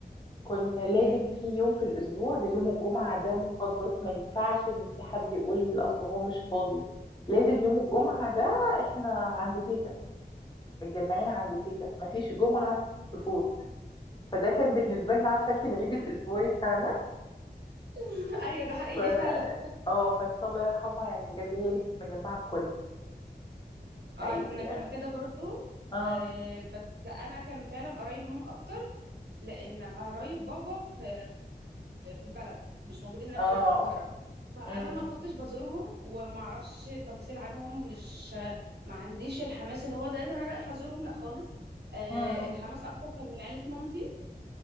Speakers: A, on the left; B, on the right.
A: كنا لازم
B: امم
A: في يوم في الاسبوع ده يوم الجمعه ده مقدس ما ينفعش ان في حد يقول اصل هو مش فاضي لازم يوم الجمعه ده احنا عند تيتا متجمعين عند تيتا مفيش جمعه تفوت فده كان بالنسبه لنا عارفه انت العيد الاسبوعي بتاعنا
B: <laughs> ايوه ده حقيقي
A: ف
B: فعلا
A: اه فكده الله يرحمها يعني بجد هي اللي كانت مجمعة الكل حقيقي
B: اه احنا
A: يعني
B: كنا كده برضو
A: اه
B: آه، بس انا كان فعلا قريب ماما اكتر لان قرايب بابا في في البلد مش موجود هنا
A: اه
B: في في القاهره فانا
A: امم
B: ما كنتش بزورهم وما اعرفش تفاصيل عنهم مش ما عنديش الحماس اللي هو ده ده انا رايح ازورهم لا خالص آه،
A: امم
B: الحماس اكتر كان من عيله مامتي